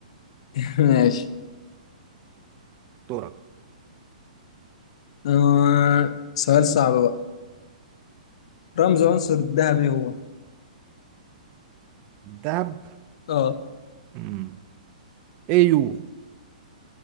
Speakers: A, on the left; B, on the right.
A: <laughs> ماشي
B: دورك
A: آه... سؤال صعب بقى رمز عنصر الذهبي هو
B: دهب
A: اه
B: مم. إيه يو